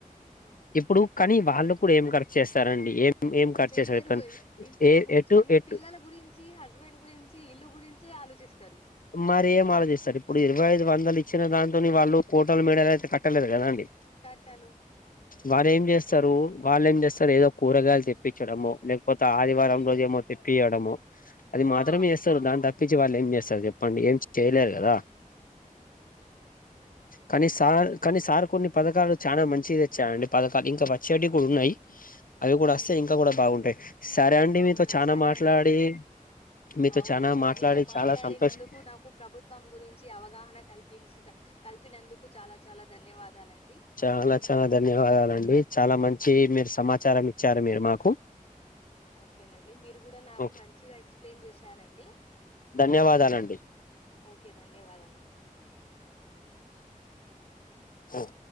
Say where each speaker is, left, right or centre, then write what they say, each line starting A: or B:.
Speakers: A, on the left; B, on the left.
A: ఉమ్
B: ఇప్పుడు కానీ వాళ్ళు ఇప్పుడు ఏం ఖర్చు చేస్తారండి ఏమ్ ఏం కర్చు
A: చెయ్యరు
B: చేసారు ఎప్పుడన్నా
A: ఇంట్లో
B: ఏ
A: కూర్చొని
B: ఎటు ఎటు
A: పిల్లల గురించి హస్బెండ్ గురించి ఇల్లు గురించే ఆలోచిస్తారు
B: మరి ఏం ఆలోచిస్తారు ఇప్పుడు ఇరవై ఐదు వందలు ఇచ్చిన దాంతోని వాళ్ళు కోటలు మే డలు అయితే కట్టలేదు కధ అండి
A: తట్టలు
B: వాళ్ళు ఏం చేస్తారు వాళ్ళు ఏం చేస్తారు ఏదో కూరగాయలు తెప్పించడమో లేకపోతే ఆదివారం
A: ఉమ్
B: రోజు ఏమో తెప్పి డమో అది మాత్రమే
A: ఆ
B: చేస్తరు దాని తప్ప తప్పించి వాళ్ళు ఏం చేస్తారు చెప్పండి ఏం చేయలేరు కదా కానీ సార్ కనీ సార్ కొన్ని పథకాలు చాలా మంచిది తెచ్చారండి పథకాలు ఇంకా వచ్చేటివి కూడా ఉన్నాయి అవి కూడా
A: ఉమ్
B: వస్తే ఇంకా కూడా బాగుంటాయి సరే అండి
A: అవునా
B: మీతో చానా
A: సరే
B: మాట్లాడి
A: అండి
B: మీతో
A: అవునండి
B: చానా మాట్లాడి
A: మీ మీతో మాట్లాడినందుకు
B: చాలా సంతోషం
A: నాకు ప్రభుత్వం గురించి అవగాహన కల్పించి కల్పినందుకు చాలా చాలా ధన్యవాదాలండి
B: చాలా చాలా ధన్యవాదాలండి, చాలా మంచ్ చీ మీరు సమాచారం ఇచ్చారు మీరు మాకు
A: ఓకేనండి మీరు గూడ నాకు
B: ఓకే
A: మంచిగా ఎక్స్ప్లెయిన్ చేశారండి.
B: ధన్యవాదాలండి.
A: ఓకే ధన్యవాదమండి.
B: ఉమ్